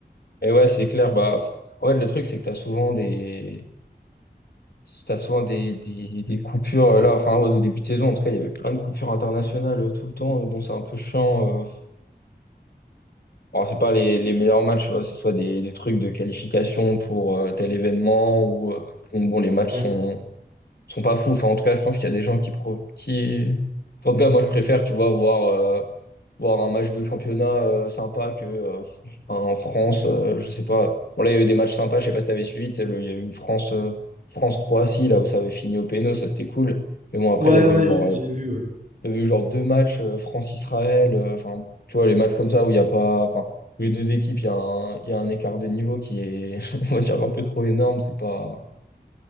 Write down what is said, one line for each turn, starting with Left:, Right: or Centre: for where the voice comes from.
Left: Et ouais, c'est clair. Bah, en fait, le truc, c'est que t'as souvent des, t'as souvent des, des, des coupures. euh, Là, enfin, ouais, au début de saison, en tout cas, il y avait plein de coupures internationales euh, tout le temps. Euh, Bon, c'est un peu chiant. euh. Alors, c'est pas les, les meilleurs matchs, tu vois. C'est soit des, des trucs de qualification pour euh, tel événement ou, euh, bon, bon, les matchs
Right: Ouais,
Left: sont, sont pas fous. Enfin, en tout cas, je pense qu'il y a des gens qui, pro... qui, en tout cas, moi, je préfère, tu vois, voir. euh, voir un match de championnat euh, sympa que euh, en France, euh, je sais pas. Bon là, il y avait des matchs sympas, je sais pas si t'avais suivi, tu sais, le- il y a eu France euh, France-Croatie là où ça avait fini au péno, ça c'était cool. Mais bon après
Right: ouais,
Left: il y avait
Right: ouais,
Left: eu genre
Right: j'ai
Left: euh,
Right: j'ai vu, ouais.
Left: il y avait eu genre deux matchs euh, France-Israël, euh, enfin tu vois les matchs comme ça où il y a pas enfin où les deux équipes, il y a un il y a un écart de niveau qui est <laughs> on va dire un peu trop énorme, c'est pas